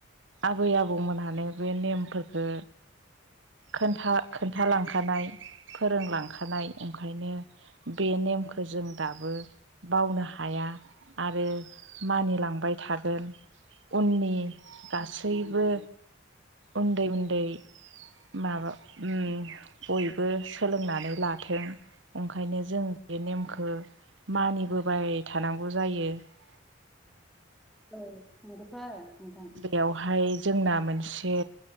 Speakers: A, on the right; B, in the centre.
A: आबै आबौमोनहानो बे नेमफोरखौ खोनथा खोन्थालां खानाय फोरोंलांखानाय ओंखायनो बे नेमखौ जों दाबो बावनो हाया । आरो मानिलांबाय थागोन । उननि गासैबो उन्दै उन्दै माबा उम बयबो सोलोंनानै लाथों ओंखायनो जों बे नेमखौ मानिबोबाय थानांगौ जायो ।
B: औ नंगौथ' आरो नोंथां
A: बेयावहाय जोंना मोनसे